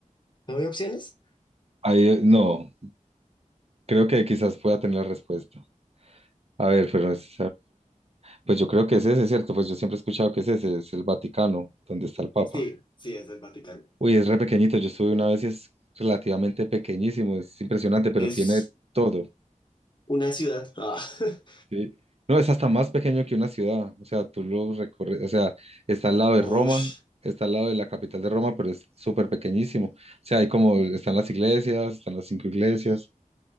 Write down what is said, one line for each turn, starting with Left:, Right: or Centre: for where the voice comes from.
Left: ¿No hay opciones?
Right: ahí, no, creo que quizás pueda tener la respuesta. A ver, pero es- pues yo creo que es ese, ¿cierto? Pues yo siempre he escuchado que es ese, es el Vaticano, donde está el Papa.
Left: Sí, sí, es el Vaticano.
Right: Uy, es re pequeñito, yo estuve una vez y es relativamente pequeñísimo, es impresionante, pero
Left: Es
Right: tiene todo.
Left: una ciudad. Ah. <laughs>
Right: Sí. No, es hasta más pequeño que una ciudad. O sea, tú lo recorres, o sea, está al lado de Roma,
Left: Osh,
Right: está al lado de la capital de Roma, pero es súper pequeñísimo. O sea, hay como, están las iglesias, están las cinco iglesias,